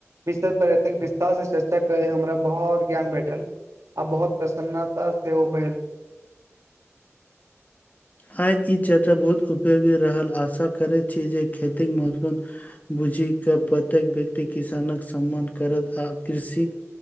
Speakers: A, on the right; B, on the left.
A: विषय पर एतेक विस्तार से चर्चा करैत हमरा बहुत ज्ञान भेटल। आ बहुत प्रसन्नता सेहो भेल।
B: आइ इ चर्चा बहुत उपयोगी रहल आशा करैत छी जे खेतिक महत्वपूर्ण बुझि के प्रत्येक व्यक्ति किसानक सम्मान करत, आ कृषि